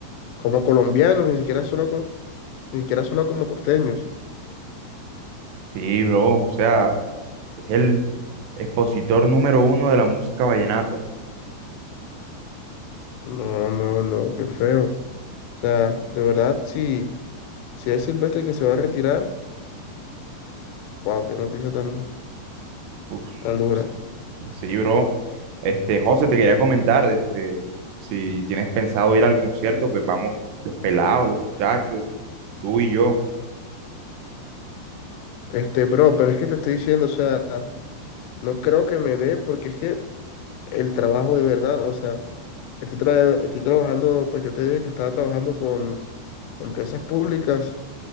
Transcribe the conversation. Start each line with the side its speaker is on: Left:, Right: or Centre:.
Left: como colombianos, ni siquiera solo co- ni siquiera solo como costeños.
Right: Sí, bro. O sea, es el expositor número uno de la música vallenata.
Left: No, no, no, qué feo. O sea, de verdad, si, si es Silvestre que se va a retirar, wow, qué noticia tan,
Right: Uf,
Left: tan dura.
Right: sí, sí, bro. Este, José, te quería comentar, este, si tienes pensado ir al concierto, pues vamos los pelados, los muchachos, tú y yo.
Left: Este, bro, pero es que te estoy diciendo, o sea, no creo que me dé, porque es que el trabajo de verdad, o sea, estoy, tra- estoy trabajando, pues yo te dije que estaba trabajando con empresas públicas